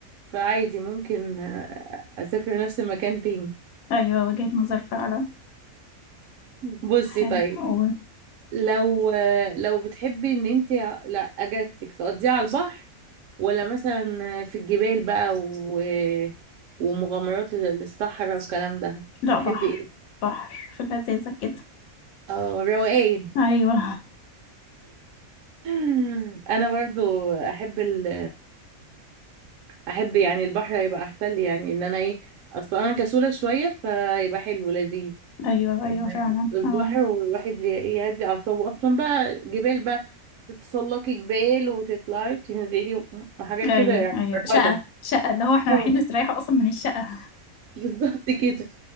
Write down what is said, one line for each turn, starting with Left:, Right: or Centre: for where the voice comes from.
Right: فعادي ممكن آه، اسافر نفس المكان تاني
Left: ايوه وجهة نظر فعلا
Right: بصي
Left: حلو
Right: طيب
Left: قول
Right: لو لو بتحبي ان انت لا اجازتك تقضيها على البحر ولا مثلا في الجبال بقى و... ومغامرات الصحراء والكلام ده
Left: لا
Right: تحبي
Left: بحر
Right: ايه
Left: بحر في اللذيذه كده
Right: اه روقان
Left: ايوه
Right: <laughs> انا برضو احب ال... احب يعني البحر هيبقى احسن لي يعني ان انا ايه اصلا انا كسولة شوية فيبقى حلو لذيذ
Left: <laughs> ايوه ايوه
Right: إن
Left: فعلا
Right: البحر
Left: اه
Right: والواحد ي- يهدي أعصابه أصلا بقى جبال بقى تتسلقي جبال وتطلعي تنزلي وحاجات
Left: ايوه
Right: كده يعني
Left: ايوه شقه
Right: فرهضة
Left: شقه اللي هو احنا
Right: اه
Left: رايحين نستريح اصلا من الشقه
Right: <laughs> بالظبط كده